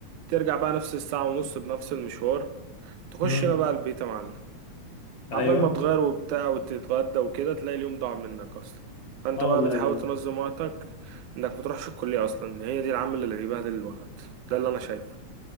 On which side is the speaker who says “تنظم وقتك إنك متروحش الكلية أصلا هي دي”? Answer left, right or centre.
Right